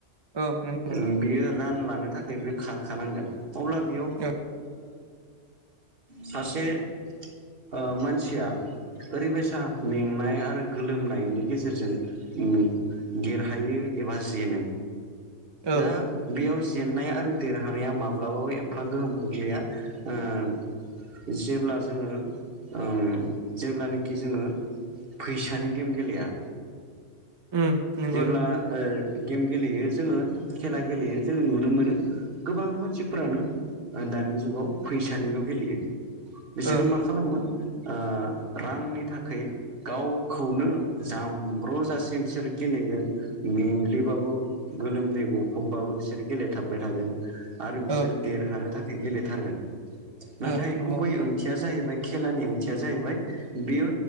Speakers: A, on the right; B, on the right.
A: औ नंगौ
B: ओ बियो रान लानो थाखाय बे खारखानांगोन अब्ला बेयाव ओ
A: औ
B: सासे ओ मानसिया ओरैबायसा मेंनाय आरो गोलोमनायनि गेजेरजों उम देरहायो एबा जेनो।
A: औ
B: दा बेयाव जेननाय आरो देरहानाया माब्लाबाबो एफा गोहोम खोख्लैया। ओ जेब्ला जोङो ओम जेब्लानिखि जोङो फैसानि गेम गेलेया
A: उम नंगौ
B: जेब्ला
A: नंगौ
B: ओ गेम गेलेयो जोङो खेला गेलेयो जोङो नुनो मोनो गोबां मानसिफोरानो ओ दानि जुगाव फैसानिल' गेलेयो बिसोरो
A: ओ
B: मा खालामोमोन ओ रांनि थाखाय गावखौनो जामब्र' जासे बिसोर गेलेगोन मेंग्लिबाबो गोलोमदै गफबबाबो बिसोर गेलेथाबबाय थागोन आरो बिसोर
A: ओ
B: देरहानो थाखाय गेलेथारगोन नाथाय
A: ओ नंगौ
B: गुबै ओंथिया जाहैबाय खेलानि ओंथिया जाहैबाय बेयो